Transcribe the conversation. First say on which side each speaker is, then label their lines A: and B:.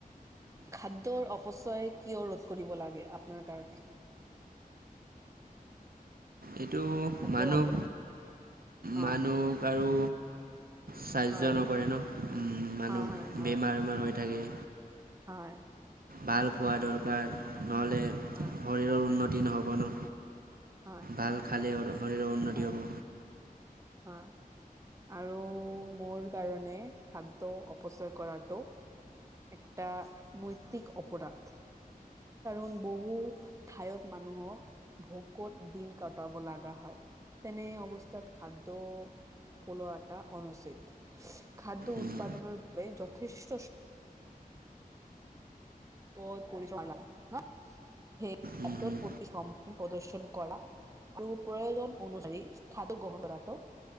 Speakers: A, on the right (about 20°); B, on the right (about 75°).
A: খাদ্যৰ অপচয় কিয়, ৰোধ কৰিব লাগে আপোনাৰ কাৰণে?
B: এইটো
A: খাদ্যৰ
B: মানুহ,
A: অপ অ'
B: মানুক আৰু সাহায্য
A: হয়
B: নকৰে ন, মানুহ
A: হয় হয়
B: বেমাৰ, বেমাৰ হৈ থাকে।
A: হয়।
B: ভাল খোৱা দৰকাৰ, নহ'লে
A: হয়
B: শৰীৰৰ উন্নত তি নহ'ব ন!
A: হয়
B: ভাল খালে শৰীৰৰ উন্নতি
A: হয়
B: হ'ব।
A: হয়। আৰু মোৰ কাৰণে খাদ্য অপচয় কৰাটো একটা নৈতিক অপৰাধ। কাৰণ বহু ঠাইত মানুহক ভোকত দিন কটাব লগা হয়। তেনে অৱস্থাত খাদ্য পলোৱাতা অনুচিত। খাদ্য
B: উম,
A: উৎপাদনৰ বাবে যথেষ্ট <unintelligible>
B: উম,
A: আৰু প্ৰয়োজন অনুসাৰী খাদ্য গ্ৰহণ কৰাটো